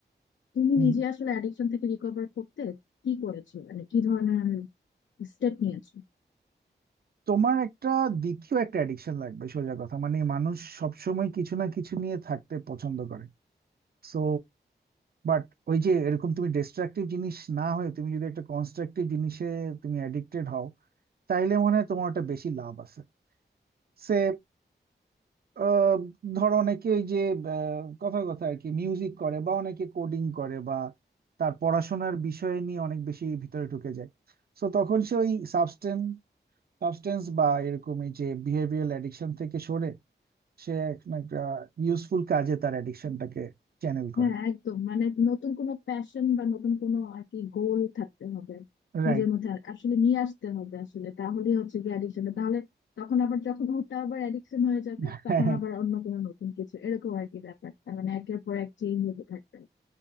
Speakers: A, on the left (about 85°); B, on the right (about 55°).
A: তুমি
B: হুম,
A: নিজে আসলে অ্যাডিকশন থেকে রিকভার করতে কি করেছো মানে কি ধরনের স্টেপ নিয়েছো
B: তোমার একটা দ্বিতীয় একটা অ্যাডিকশন লাগবে সোজা কথা মানে মানুষ সবসময় কিছু না কিছু নিয়ে থাকতে পছন্দ করে সো বাট ওই যে এরকম তুমি ডিস্ট্রাকটিভ জিনিস না হয়ে তুমি যদি একটা কনস্ট্রাকটিভ জিনিসে তুমি অ্যাডিক্টেড হও তাইলে মনে হয় তোমার ওটা বেশি লাভ আছে সে আহ, ধরো অনেকে ওই যে আহ, কথার কথা আর কি মিউজিক করে বা অনেকে কোডিং করে বা তার পড়াশোনার বিষয় নিয়ে অনেক বেশি ভিতরে ঢুকে যায় সো তখন সে ওই সাবস্টেন্স সাবস্টেন্স বা এরকম এই যে বিহেভিয়ারাল অ্যাডিকশন থেকে সরে সে এখন একটা ইউজফুল কাজে তার অ্যাডিকশনটাকে চ্যানেল
A: হ্যাঁ
B: করে
A: একদম মানে নতুন কোনো প্যাশন বা নতুন কোনো আর কি গোল থাকতে হবে
B: রাইট
A: নিজের মধ্যে আর- আসলে নিয়ে আসতে হবে আসলে তাহলেই হচ্ছে কি অ্যাডিকশন তাহলে তখন আবার যখন ওটা আবার অ্যাডিকশন হয়ে যাবে
B: <laughs>
A: তখন
B: হ্যাঁ
A: আবার অন্য কোনো নতুন কিছু এরকম আর কি ব্যাপারটা মানে একের পর এক চেঞ্জ হতে থাকবে